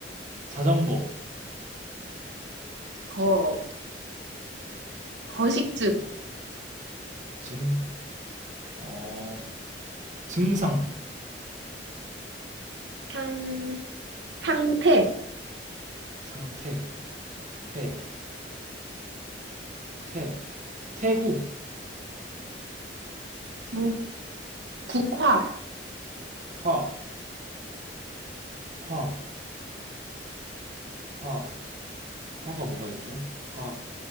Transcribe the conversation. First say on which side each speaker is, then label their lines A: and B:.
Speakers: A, on the right; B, on the right.
A: 자전거,
B: 거. 거식증.
A: 증, 어, 증상.
B: 상, 상태.
A: 상태, 태, 태, 태국,
B: 국, 국화.
A: 화, 화, 화, 화가 뭐가 있죠? 화,